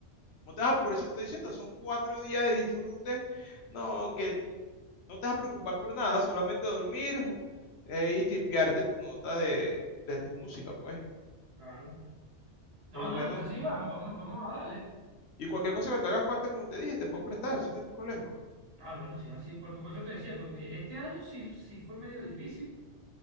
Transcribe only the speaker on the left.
No te vas a- por eso te estoy diciendo, son cuatro días de disfrute. No, que no te vas a preocupar por nada, solamente dormir eh, y tipearte tu nota de, de tu música, pues.
Por lo
menos.
Y cualquier cosa que te haga falta, como te dije, te puedo prestar, eso no hay problema.